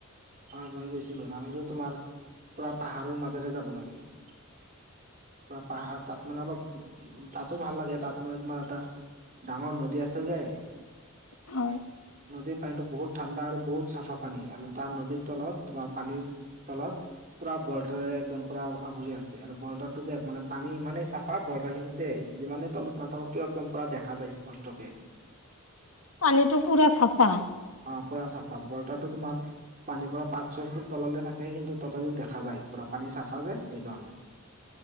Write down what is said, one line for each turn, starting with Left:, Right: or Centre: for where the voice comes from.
Right: হয় মই গৈছিলোঁ, নামেৰি তোমাৰ পুৰা পাহাৰৰ মাজেৰে যাব লাগে। পোৰা পাহাৰ, তাত মানে অলপ উম-উম তাত টো ভাল লাগে তাত মানে তোমাৰ এটা ডাঙৰ নদী আছে যে
Left: হয়।
Right: নদীৰ পানীতো বহুত ঠাণ্ডা আৰু বহুত চাফা পানী আৰু তাৰ নদীৰ তলত তোমাৰ পানীৰ তলত পুৰা বল্টাৰেৰে একদম পুৰা আৱৰি আছে, আৰু বল্টাৰ টো মানে পানী ইমানে চা ফা বল্টখিনি দেই যিমানেই তলত নাথাকক কিয় একদম পুৰা দেখা পায় স্পষ্টকে।
Left: পানীটো পুৰা চাফা।
Right: অ' পুৰা চাফা, বল্টাটো তোমাৰ পানীৰ পৰা পাঁচ ছয় ফুট তললৈ থাকে কিন্তু তথাপিও দেখা যায়, পুৰা পানী চাফা যে সেইকাৰণে।